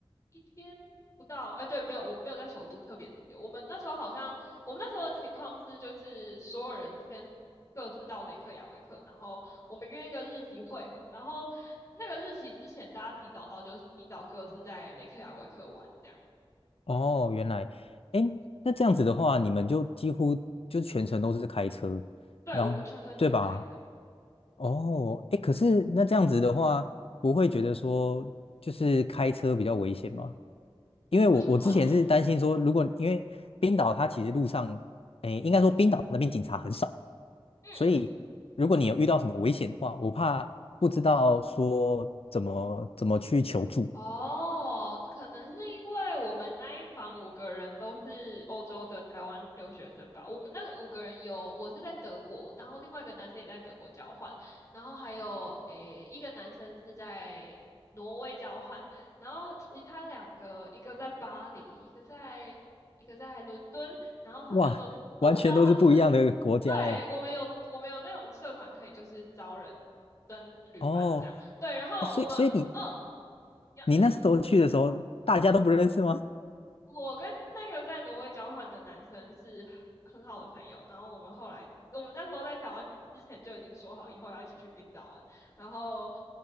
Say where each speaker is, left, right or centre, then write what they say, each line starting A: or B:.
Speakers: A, on the left; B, on the left.
A: 一天不到，哎，对，没有，我们没有在首都特别停留。我们那时候好像，我们那时候的情况是，就是所有人先各自到雷克雅维克，然后我们约一个日期会合，然后那个日期之前大家提早到，就是提早各自在雷克雅维克玩这样。
B: 哦，原来，哎，那这样子的话，你们就几乎就全程都是开车，
A: 对，
B: 然后对吧？
A: 我们全程都是开车，
B: 哦，哎，可是那这样子的话，不会觉得说就是开车比较危险吗？因为我我之前是担心说，
A: 为什么？<laughs>
B: 如果因为冰岛它其实路上，哎，应该说冰岛那边警察很少，
A: 嗯，
B: 所以如果你有遇到什么危险的话，我怕不知道说怎么怎么去求助。
A: 哦，可能是因为我们那一团五个人都是欧洲的台湾留学生吧。我们那个五个人有，我是在德国，然后另外一个男生也在德国交换，然后还有诶一个男生是在挪威交换，然后其他两个一个在巴黎，一个在一个在伦敦，然后好像都都是交换生。
B: 哇，完全都是不一样的国家哎。
A: 对，我们有我们有那种社团可以就是招人跟旅伴这样。
B: 哦，
A: 对，然后我们嗯。
B: 哦所以所以你
A: 要
B: 你那时候去的时候，
A: <laughs>
B: 大家都不认识吗？
A: 我跟那个在挪威交换的男生是很好的朋友，然后我们后来，我们那时候在台湾之前就已经说好以后要一起去冰岛玩，然后